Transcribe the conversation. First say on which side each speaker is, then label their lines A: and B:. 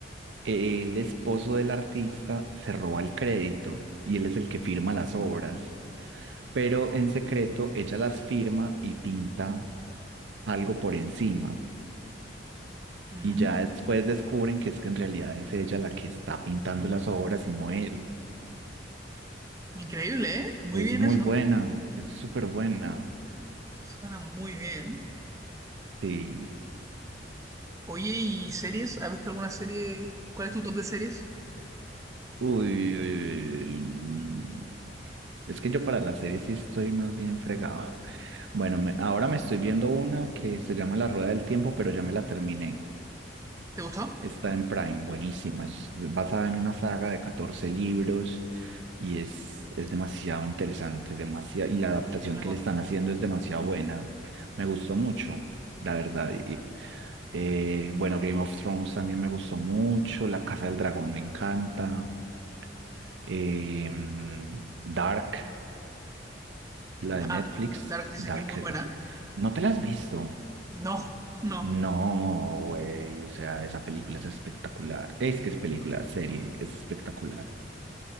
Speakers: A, on the right; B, on the right.
A: eh, el esposo del artista se roba el crédito y él es el que firma las obras, pero en secreto ella las firma y pinta algo por encima
B: Mm,
A: y ya después descubren que es que en realidad es ella la que está pintando las obras y no él.
B: increíble, ¿eh? Muy
A: Es
B: bien
A: muy
B: eso.
A: buena, es súper buena.
B: Suena muy bien.
A: Sí.
B: Oye, ¿y series? ¿Has visto alguna serie? ¿Cuál es tu top de series?
A: Uy, uy, uy, uy, mm. Es que yo para las series sí estoy más bien fregado. Bueno, me- ahora me estoy viendo una que se llama La Rueda del Tiempo, pero ya me la terminé.
B: ¿Te gustó?
A: Está en Prime, buenísima. Es basada en una saga de 14 libros y es, es demasiado interesante, demasiado, y la adaptación
B: Uy, no la
A: que
B: conozco.
A: le están haciendo es demasiado buena. Me gustó mucho, la verdad. Y, eh, bueno, Game of Thrones también me gustó mucho, La Casa del Dragón me encanta. eh, Dark, la de
B: Ah,
A: Netflix.
B: Dark, Dark dicen
A: Dark,
B: que es muy
A: es-
B: buena.
A: ¿no te la has visto?
B: No, no.
A: No, güey, o sea, esa película es espectacular. Es que es película, serie, es espectacular.